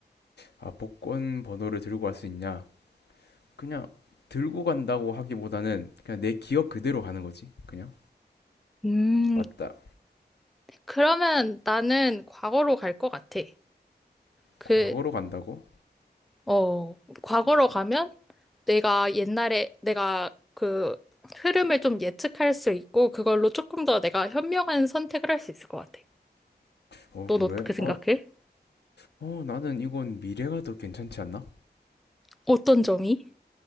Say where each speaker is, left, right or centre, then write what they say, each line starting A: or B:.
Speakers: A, on the left (about 80°); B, in the centre.
A: 아, 복권 번호를 들고 갈 수 있냐? 그냥 들고 간다고 하기보다는 그냥 내 기억 그대로 가는 거지. 그냥.
B: 음,
A: 맞다.
B: 그러면 나는 과거로 갈 것 같아. 그,
A: 과거로 간다고?
B: 어, 과거로 가면 내가 옛날에 내가 그 흐름을 좀 예측할 수 있고 그걸로 조금 더 내가 현명한 선택을 할 수 있을 것 같아.
A: 어,
B: 넌
A: 그래?
B: 어떻게 생각해?
A: 어, 어, 나는 이건 미래가 더 괜찮지 않나?
B: 어떤 점이?